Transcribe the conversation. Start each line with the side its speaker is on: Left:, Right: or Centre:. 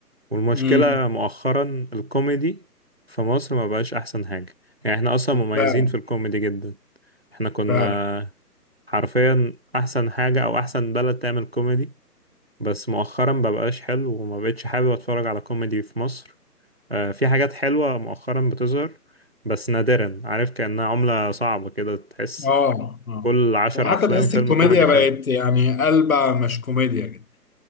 Right: والمشكله
Left: امم
Right: مؤخرا الكوميدي في مصر ما بقاش احسن حاجه يعني احنا اصلا مميزين
Left: فعلا
Right: في الكوميدي جدا احنا كنا
Left: فعلا
Right: حرفيا احسن حاجه او احسن بلد تعمل كوميدي بس مؤخرا ما بقاش حلو وما بقتش حابب اتفرج على كوميدي في مصر آه، في حاجات حلوه مؤخرا بتظهر بس نادرا عارف كأنها عملة صعبة كده تحس
Left: اه اه
Right: كل عشر
Left: وحتى
Right: أفلام
Left: تحس
Right: فيلم
Left: الكوميديا
Right: كوميدي حلو
Left: بقت يعني قلبة مش كوميديا كده